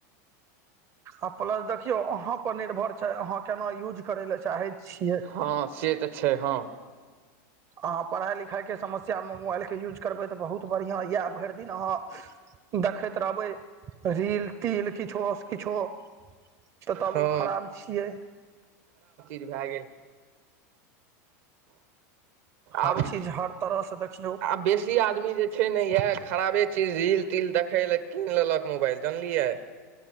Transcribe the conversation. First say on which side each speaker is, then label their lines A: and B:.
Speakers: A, on the right; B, on the right.
A: आ प्लस देखियौ अहाँ पर निर्भर छैय, अहाँ केना यूज करै ले चाहै छियै।
B: हँ से तऽ छैय हँ।
A: अहाँ पढ़ाय लिखाय के समस्या में मोबाइल के यूज करबै तऽ बहुत बढ़िया ये भरि दिन अहाँ देखैत रहबै रील तिल किछो से किछो। तऽ तब
B: हँ
A: उ खराब छियै।
B: भय गेल।
A: हर
B: आब
A: चीज हर तरह स देखियौ।
B: आ बेसी आदमी जे छैय ने, इहे खराबे चीज रील तील देखै लय कीन लेलक मोबाइल जानलियै।